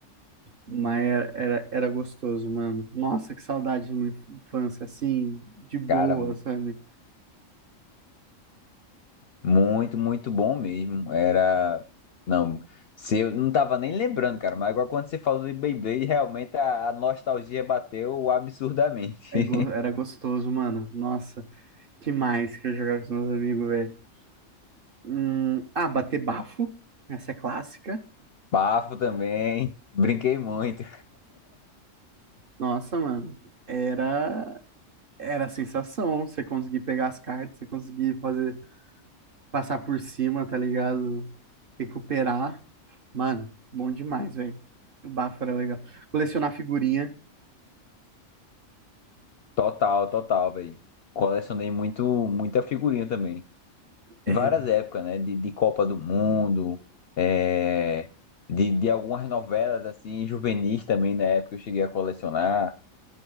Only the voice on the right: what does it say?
Mas era, era, era gostoso, mano. Nossa, que saudade de uma infância assim, de boa,
sabe?
É go- Era gostoso, mano. Nossa, que mais que eu jogava com os meus amigos, velho. Hum, ah, bater bafo. Essa é clássica.
Nossa, mano. Era, era a sensação. Você conseguir pegar as cartas, você conseguir fazer, passar por cima, tá ligado? Recuperar. Mano, bom demais, velho. O bafo era legal. Colecionar figurinha.
É,